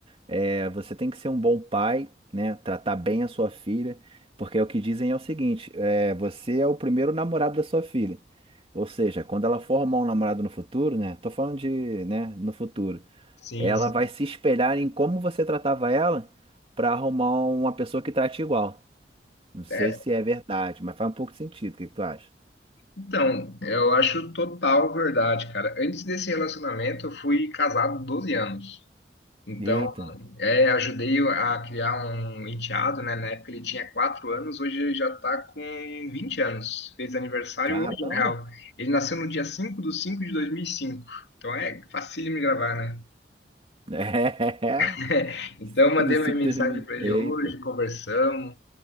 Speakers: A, on the right; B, on the left.
A: É, você tem que ser um bom pai, né? Tratar bem a sua filha, porque é o que dizem é o seguinte: é, você é o primeiro namorado da sua filha. Ou seja, quando ela for arrumar um namorado no futuro, né? Tô falando de, né, no futuro.
B: Sim,
A: Ela
B: sim.
A: vai se espelhar em como você tratava ela para arrumar uma pessoa que trate igual. Não sei
B: É,
A: se é verdade, mas faz um pouco de sentido. O que que tu acha?
B: Então, eu acho total verdade, cara. Antes desse relacionamento, eu fui casado 12 anos. Então,
A: Eita,
B: é, ajudei a criar um enteado, né? Na época ele tinha 4 anos, hoje ele já tá com 20 anos. Fez aniversário
A: caramba!
B: hoje, na real. Ele nasceu no dia 5 de 5 de 2005. Então, é facílimo de gravar, né?
A: <laughs> É.
B: <laughs> Então,
A: 5
B: eu mandei
A: do 5
B: uma mensagem
A: do 2020.
B: para ele
A: Eita.
B: hoje, conversamos.